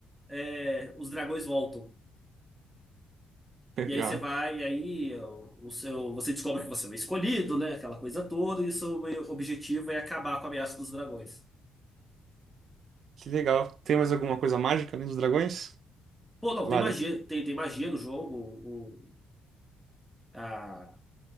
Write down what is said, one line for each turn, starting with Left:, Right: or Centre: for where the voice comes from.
Centre: é, os dragões voltam.
Right: Legal.
Centre: E aí você vai, e aí o o seu, você descobre que você é o escolhido, né? Aquela coisa toda, e o seu objetivo é acabar com a ameaça dos dragões.
Right: Que legal. Tem mais alguma coisa mágica além dos dragões?
Centre: Pô, não,
Right: Várias.
Centre: tem magia, tem, tem magia no jogo. O, a,